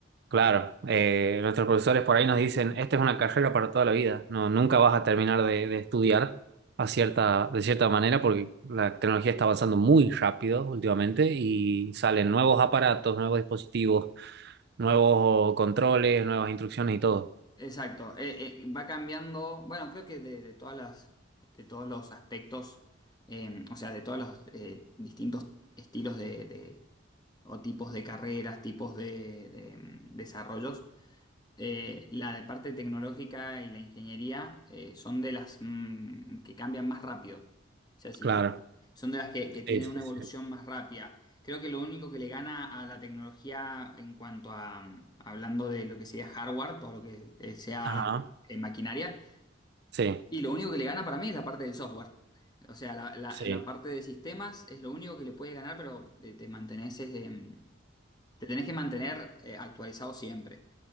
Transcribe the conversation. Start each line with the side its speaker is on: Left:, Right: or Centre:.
Right: claro, eh, nuestros profesores por ahí nos dicen, esta es una carrera para toda la vida, no, nunca vas a terminar de, de estudiar a cierta, de cierta manera porque la tecnología está avanzando muy rápido últimamente y salen nuevos aparatos, nuevos dispositivos nuevos controles, nuevas instrucciones y todo.
Left: Exacto, eh, eh, va cambiando, bueno, creo que de, de todas las, de todos los aspectos, eh, o sea, de todos los eh, distintos estilos de, de- o tipos de carreras, tipos de, de, mm, desarrollos, Eh, la de parte tecnológica y la ingeniería eh, son de las mm, que cambian más rápido. O sea, si-
Right: Claro.
Left: son de las que, que tienen
Right: Sí, sí,
Left: una
Right: sí.
Left: evolución más rápida. Creo que lo único que le gana a la tecnología en cuanto a, mm, hablando de lo que sería hardware, todo lo que eh, sea
Right: Ajá.
Left: eh, maquinaria,
Right: Sí,
Left: y lo único que le gana para mí es la parte del software. O sea, la, la-
Right: sí,
Left: la parte de sistemas es lo único que le puede ganar, pero eh, te mantenés, eh, te tenés que mantener eh, actualizado siempre.